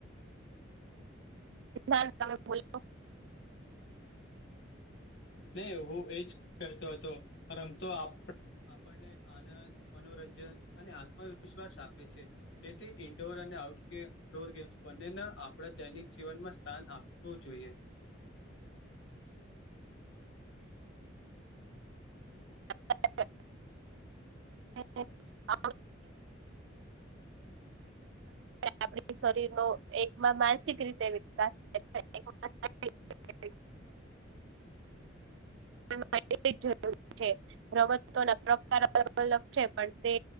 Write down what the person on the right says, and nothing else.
તમે બોલો
<unintelligible> અને <unintelligible> આપણી શરીર નો એકમાં માનસિક રીતે વિકાસ થાય છે એકમાં શારીરિક રીતે
માટે જરૂરી છે રમતો ના પ્રકાર અલગ અલગ છે. પણ તે